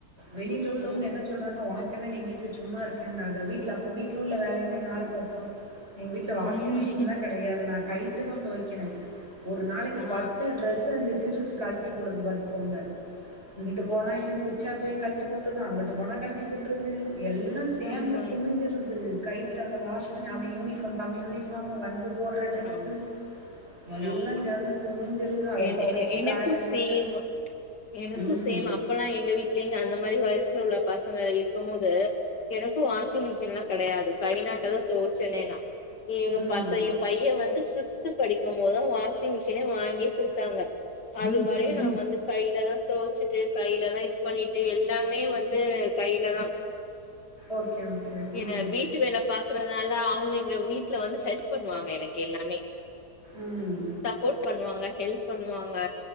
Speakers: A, on the right; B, on the left.
A: வெளில உள்ளவங்க
B: ம்
A: என்ன சொல்றாங்க உனக்கு என்ன நீ வீட்ல ட்ல சும்மா இருக்கன்றாக வீட்ல அப்ப வீட்ல உள்ள வேலையெல்லா யாரு பாப்பா எங்க வீட்ல வாஷிங்
B: ம்
A: மிஷின்லா நா கைட்டுதா தொவைக்கிறே ஒரு நாளைக்கு
B: ஆ
A: பத்து ட்ரெஸ்சு அந்த சிறுசு கல்டி போடுது பாத்துக்கோங்க இங்கிட்டு போனா இவுங்க உச்சா போய் கல்ட்டி போட்ருது அங்குட்டு போனா கல்ட்டி போட்ருது எல்லா சேந்து
B: ஆமா
A: குமிஞ்சிருது கை விட்டு அந்த வாஷ் பண்ணி
B: ம்
A: அவ யூனிஃபார்ம் தம்பி யூனிஃபார்மு வந்து போட்ற ட்ரெஸ்ஸு
B: ஆமா
A: எல்லா
B: ஆமா
A: சேந்து குமிஞ்சிருது அத
B: என்
A: தொவச்சு
B: என எனக்கு
A: காய போட்டு
B: சேம் எனக்கு
A: ம்.
B: சேம் அப்பல்லா எங்க வீட்லயு அந்த மாரி வயஸ் ஸ்ல உள்ள பசங்க இருக்கும்போது எனக்கு வாஷிங் மிஷின்ல கெடையாது கை நாட்டதா தொவச்சனே நா எங்க
A: ம்.
B: பசையே பையே வந்து சிக்ஸ்த்து படிக்கும் போது தா வாஷிங் மிஷினே வாங்கி குடுத்தாங்க அது வரையு
A: ம்.
B: நா வந்து கைலதா தொவச்சுட்டு கைலதா இது பண்ணிட்டு எல்லாமே வந்து கைலதா
A: ஓகே ஓகே.
B: என்ன
A: ம்.
B: வீட்டு வேல பாக்குறதுனால அவுங்க எங்க வீட்ல வந்து ஹெல்ப் பண்ணுவாங்க எனக்கெல்லாமே
A: ம்.
B: சப்போர்ட் பண்ணுவாங்க ஹெல்ப் பண்ணுவாங்க